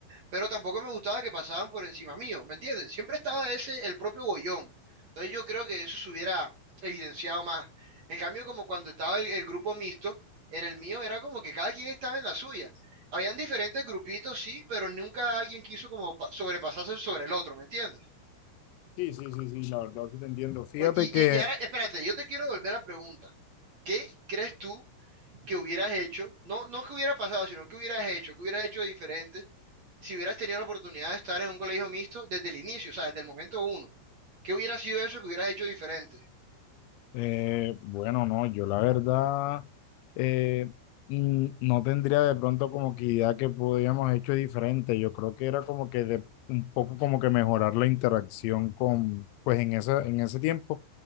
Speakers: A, on the right; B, on the left.
A: pero tampoco me gustaba que pasaban por encima mío, ¿me entiendes? Siempre estaba ese, el propio bollón. Entonces yo creo que eso se hubiera evidenciado más. En cambio, como cuando estaba el, el grupo mixto, en el mío era como que cada quien estaba en la suya. Habían diferentes grupitos, sí, pero nunca alguien quiso como pa- sobrepasarse sobre el otro, ¿me entiendes?
B: sí, sí, sí, sí, la verdad sí te entiendo. Fíjate
A: O- Y,
B: que
A: y, y ahora, espérate, yo te quiero devolver la pregunta. ¿Qué crees tú que hubieras hecho? No, no que hubiera pasado, sino que hubieras hecho, que hubieras hecho de diferente si hubieras tenido la oportunidad de estar en un colegio mixto desde el inicio, o sea, desde el momento uno. ¿Qué hubiera sido eso que hubieras hecho diferente?
B: Eh, bueno, no, yo la verdad eh, mm, no tendría de pronto como que idea que podíamos hecho diferente. Yo creo que era como que de, un poco como que mejorar la interacción con, pues en ese, en ese tiempo,